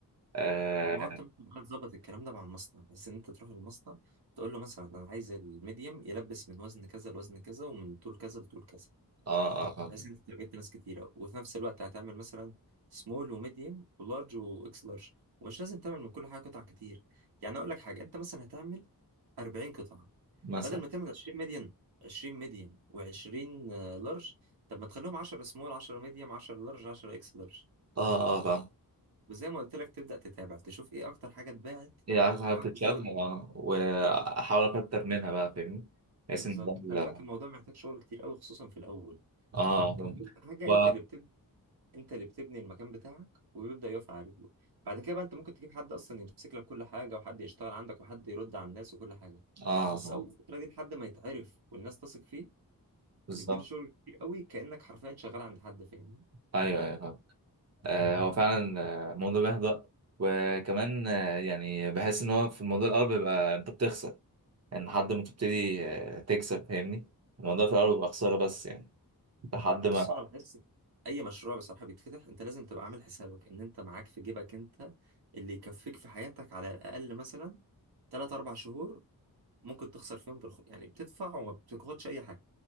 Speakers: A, on the right; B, on the right.
A: اه
B: لا، ما هو انت ممكن بقى تظبط الكلام ده مع المصنع بس ان انت تروح للمصنع تقول له مثلا انا عايز الميديم يلبس من وزن كذا لوزن كذا ومن طول كذا لطول كذا
A: اه, آه فاهم
B: بحيث انت تارجت ناس كتيره وفي نفس الوقت هتعمل مثلا سمول وميديوم ولارج واكس لارج ومش لازم تعمل من كل حاجه قطع كتير يعني اقول لك حاجه انت مثلا هتعمل 40 قطعه
A: مثلا
B: بدل ما تعمل 20 ميديوم 20 ميديوم و20 لارج طب ما تخليهم 10 سمول 10 ميديوم 10 لارج 10 اكس لارج
A: اه اه آه، فاهم
B: وزي ما قلت لك تبدا تتابع تشوف ايه اكتر حاجه اتباعت
A: هي عايزة حاجة
B: تحاول
A: تتشاف
B: تزود
A: اه
B: منها
A: واحاول اكتر منها بقى فاهمني بحيث
B: بالظبط
A: ان ده ال-
B: خلي بالك الموضوع محتاج شغل كتير قوي خصوصا في الاول
A: اه
B: خ-
A: فاهم.
B: حاجه
A: و...
B: انت اللي بتبدا انت اللي بتبني المكان بتاعك وبيبدأ يقف على رجله بعد كده بقى انت ممكن تجيب حد اصلا يمسك لك كل حاجه وحد يشتغل عندك وحد يرد على الناس وكل حاجه
A: اه
B: بس
A: فاهم.
B: اول فتره دي لحد ما يتعرف والناس تثق فيه
A: بالظبط
B: بتديله شغل كتير قوي كأنك حرفيا شغال عند حد فاهمني
A: ايوه ايوه آه، هو فعلا آه، موضوع بيحبط وكمان آه، يعني بحس ان هو في الموضوع الاول بيبقى انت بتخسر يعني لحد ما تبتدي آه، تكسب فاهمني الموضوع في الاول بيبقى خساره بس يعني لحد ما
B: بس انا بحس اي مشروع بصراحه بيتفتح انت لازم تبقى عامل حسابك ان انت معاك في جيبك انت اللي يكفيك في حياتك على الاقل مثلا 3 4 شهور ممكن تخسر فيهم بالخ... يعني بتدفع وما بتاخدش اي حاجه